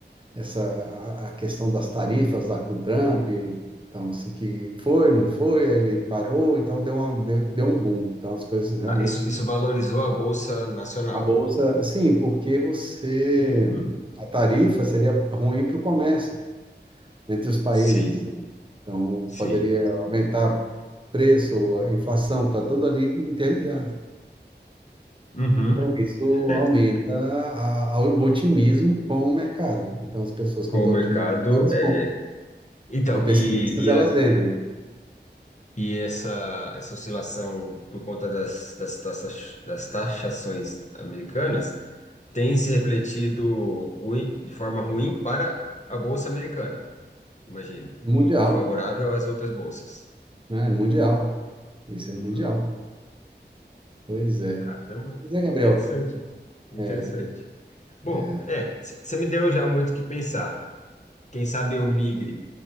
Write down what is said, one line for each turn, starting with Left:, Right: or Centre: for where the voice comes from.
Right: essa a, a questão das tarifas lá com o Trump, então assim que foi, não foi, aí ele parou, então deu uma, deu, deu um boom. Então as coisas realmente
Left: Ah, isso, isso valorizou a Bolsa Nacional.
Right: A bolsa, sim, porque você.
Left: Uhum.
Right: A tarifa seria ruim para o comércio entre os países.
Left: Sim,
Right: né? Então,
Left: sim.
Right: poderia aumentar preço, a inflação, está tudo ali interligado.
Left: Uhum.
Right: Então, isso
Left: É,
Right: aumenta a- a- o otimismo com o mercado. Então, as pessoas,
Left: com
Right: quando estão
Left: o mercado.
Right: otimistas, elas
Left: é.
Right: compram.
Left: Então,
Right: Então, pessimistas,
Left: e, e,
Right: elas
Left: a-
Right: vendem.
Left: e essa, essa oscilação por conta das, das, taxas, das taxações americanas tem se refletido ruim, de forma ruim para a Bolsa Americana, imagino,
Right: Mundial,
Left: e favorável às outras bolsas.
Right: né? Mundial. Isso é mundial.
Left: Hum.
Right: Pois é.
Left: Caramba,
Right: Pois é, Gabriel.
Left: é interessante. É
Right: É,
Left: interessante. Bom,
Right: é.
Left: é, você me deu já muito o que pensar. Quem sabe eu migre